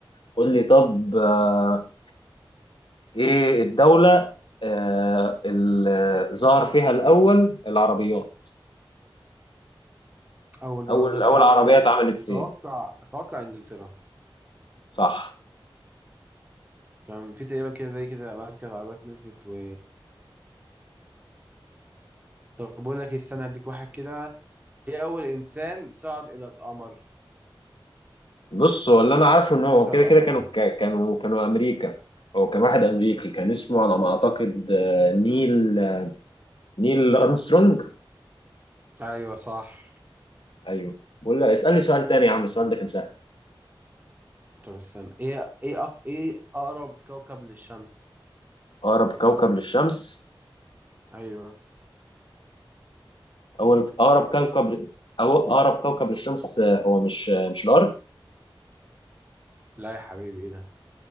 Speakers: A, on the left; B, on the right.
A: قول لي طب آه، ايه الدولة آه اللي ظهر فيها الأول العربيات
B: اول دوري
A: أول
B: ظهر
A: أول
B: عربيات
A: عربية اتعملت
B: اتوقع
A: فين
B: اتوقع انجلترا
A: صح
B: عشان في تقريبا كده زي كده مركز عربيات نزلت و طب بقول لك إيه، استنى هديك واحد كده ايه اول انسان صعد الى القمر
A: بص هو اللي أنا عارفه إن هو
B: وصل
A: كده
B: القمر
A: كده كانوا
B: يعني
A: ك- كانوا كانوا أمريكا هو كان واحد أمريكي كان اسمه على ما أعتقد آه، نيل نيل أرمسترونج
B: ايوه صح
A: أيوه بقول لك اسألني سؤال تاني يا عم السؤال ده كان سهل
B: طب استنى ايه ايه أق... ايه اقرب كوكب للشمس
A: أقرب كوكب للشمس
B: ايوه
A: أول أقرب كوكب ل- أو أقرب كوكب للشمس آه، هو مش آه، مش الأرض
B: لا يا حبيبي ايه ده